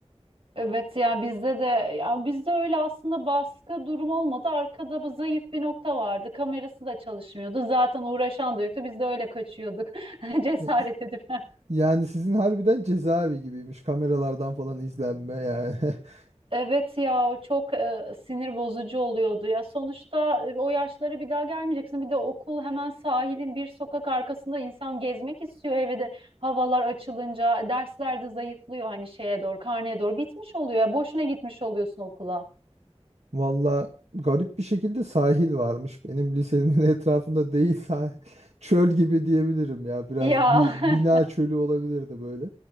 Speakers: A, on the right; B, on the right.
A: Evet ya bizde de ya bizde öyle aslında baskı durum olmadı. Arkada bu zayıf bir nokta vardı. Kamerası da çalışmıyordu. Zaten uğraşan da yoktu. Biz de öyle kaçıyorduk. <laughs> Cesaret
B: E,
A: edip.
B: Yani sizin harbiden cezaevi gibiymiş kameralardan falan izlenme yani. <laughs>
A: Evet ya o çok e, sinir bozucu oluyordu ya. Sonuçta e, o yaşlara bir daha gelmeyeceksin. Bir de okul hemen sahilin bir sokak arkasında insan gezmek istiyor. Eve de havalar açılınca dersler de zayıflıyor hani şeye doğru, karneye doğru bitmiş oluyor ya. Boşuna gitmiş oluyorsun okula.
B: Valla garip bir şekilde sahil varmış. Benim lisemin <laughs> etrafında değil sahil. Çöl gibi diyebilirim ya. Biraz
A: Ya
B: bi-
A: <laughs>
B: bina çölü olabilirdi böyle.